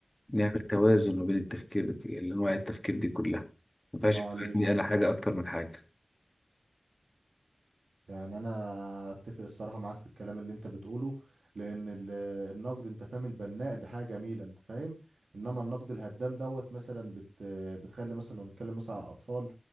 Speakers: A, on the right; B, on the left.
A: مم.
B: نعمل توازن ما بين التفكير الأنواع التفكير دي كلها ما ينفعش
A: الله
B: يبقى
A: عليك
B: عندي أنا حاجة أكتر من حاجة
A: يعني انا اتفق الصراحه معاك في الكلام اللي انت بتقوله لان ال- النقد انت فاهم البناء ده حاجه جميله انت فاهم انما النقد الهدام دوت مثلا بت بتخلي مثلا لو نتكلم مثلا على الاطفال